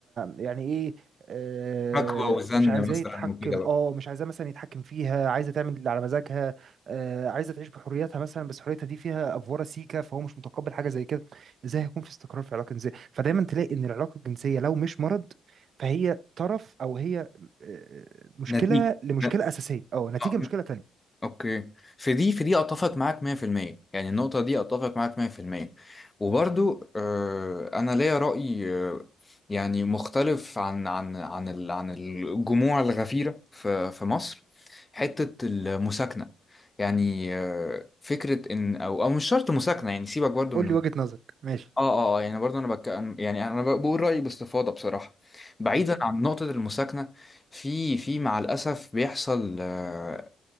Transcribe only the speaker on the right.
يعني ايه آه،
مش عايزاه
يتحكم
اه مش عايزاه مثلا يتحكم فيها عايزه تعمل اللي على مزاجها آه، عايزه تعيش بحريتها مثلا بس حريتها دي فيها افوره سيكه فهو مش متقبل حاجه زي كده ازاي هيكون في استقرار في العلاقه الجنسيه فدايما تلاقي ان العلاقه الجنسيه لو مش مرض فهي طرف او هي آه، مشكله
لمشكله
اساسيه اه نتيجه
مشكله تانية
قول
لي وجهه نظرك ماشي
قول